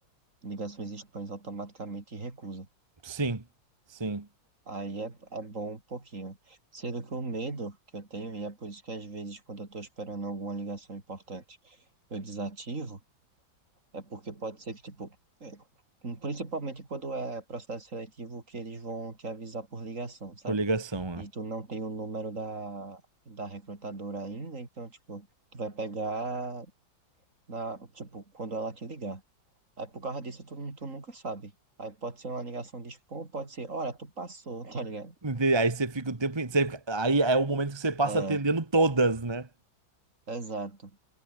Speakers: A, on the right (about 40°); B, on the right (about 15°).
A: ligações spams automaticamente e recusa.
B: Sim, sim,
A: Aí é, é bom um pouquinho. Sendo que o medo que eu tenho, e é por isso que às vezes quando eu tô esperando alguma ligação importante, eu desativo, é porque pode ser que, tipo, é, hum, principalmente quando é processo seletivo, que eles vão te avisar por ligação, sabe?
B: por ligação,
A: E
B: ó.
A: tu não tem o número da, da recrutadora ainda, então, tipo, tu vai pegar, na, tipo, quando ela te ligar. Aí por causa disso, tu, tu nunca sabe. Aí pode ser uma ligação de spam, pode ser, olha, tu passou, <laughs> tá ligado?
B: Ente- Aí você fica o tempo. você fica- Aí é o momento que você passa
A: É,
B: atendendo todas, né?
A: Exato,